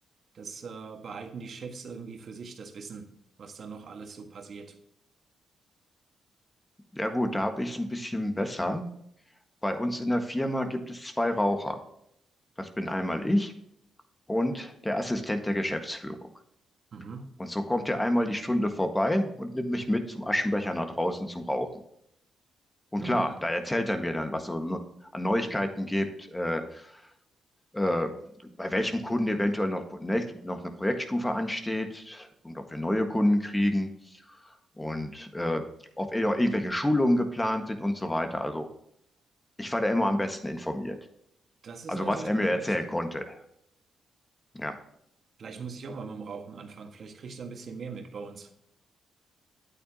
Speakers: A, on the right; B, on the left.
A: Das äh, behalten die Chefs irgendwie für sich, das Wissen, was da noch alles so passiert.
B: Ja gut, da habe ich es ein bisschen besser. Bei uns in der Firma gibt es zwei Raucher. Das bin einmal ich und der Assistent der Geschäftsführung.
A: Mhm.
B: Und so kommt er einmal die Stunde vorbei und nimmt mich mit zum Aschenbecher nach draußen zum Rauchen. Und
A: Hm,
B: klar, da erzählt er mir dann, was so an Neuigkeiten gibt, äh, äh, bei welchem Kunden eventuell noch, nächste, noch eine Projektstufe ansteht und ob wir neue Kunden kriegen und äh, ob eh noch irgendwelche Schulungen geplant sind und so weiter. Also ich war da immer am besten informiert.
A: das ist
B: Also
A: natürlich
B: was er
A: nicht
B: mir
A: schlecht.
B: erzählen konnte. Ja,
A: Vielleicht muss ich auch mal mit dem Rauchen anfangen. Vielleicht kriege ich da ein bisschen mehr mit bei uns.